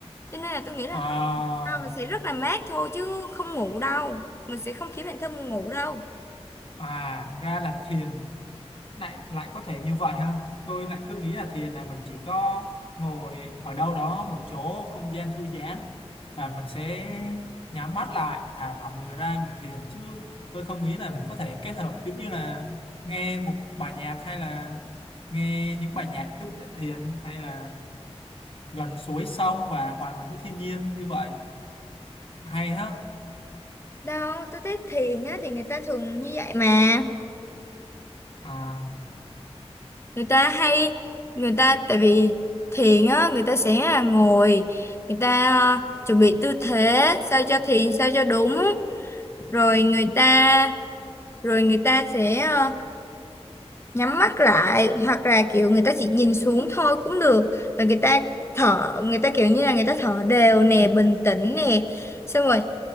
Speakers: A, on the left (about 25°); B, on the left (about 55°).
A: cho nên là tôi nghĩ là
B: À,
A: ờ, mình sẽ rất là mát thôi chứ không ngủ đâu mình sẽ không khiến bản thân mình ngủ đâu
B: à ra là thiền. lại lại có thể như vậy ha tôi lại cứ nghĩ là thiền là mình chỉ có ngồi ở đâu đó một chỗ không gian thư giãn và mình sẽ nhắm mắt lại thả lỏng người ra mình thiền chứ tôi không nghĩ là mình có thể kết hợp giống như là nghe một bài nhạc hay là nghe những bài nhạc chút để thiền hay là gần suối sông và hòa mình với thiên nhiên như vậy hay hết
A: Đâu, tôi thấy thiền á thì người ta thường như vậy mà.
B: à
A: Người ta hay người ta tại vì thiền á người ta sẽ là ngồi, người ta ờ, chuẩn bị tư thế sao cho thiền sao cho đúng, rồi người ta rồi người ta sẽ ờ, nhắm mắt lại hoặc là kiểu người ta chỉ nhìn xuống thôi cũng được. Rồi người ta thở, người ta kiểu như là người ta thở đều nè, bình tĩnh nè. Xong rồi